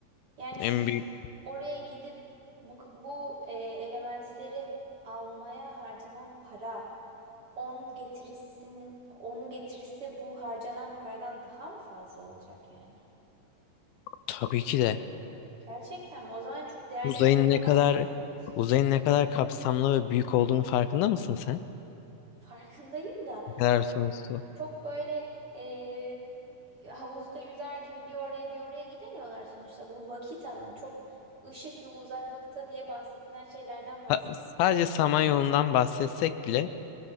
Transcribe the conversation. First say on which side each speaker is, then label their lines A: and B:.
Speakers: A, on the right; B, on the left.
A: Yani şu
B: En büyük
A: oraya gidip bu, bu e, elementleri almaya harcanan para, onun getirisin, onun getirisi bu harcanan paradan daha mı fazla olacak yani?
B: tabii ki de
A: Gerçekten mi? O zaman çok değerli
B: uzayın
A: bir şeyden
B: ne kadar
A: bahsediyoruz.
B: uzayın ne kadar kapsamlı ve büyük olduğunu farkında mısın sen?
A: Farkındayım da
B: Ne kadar sonsuz.
A: çok böyle e, havuzda yüzer gibi bir oraya bir oraya gidemiyorlar sonuçta. Bu vakit alan çok ışık yılı uzaklıkta diye bahsedilen şeylerden bahsediyoruz.
B: Ha- sadece Samanyolu'ndan bahsetsek bile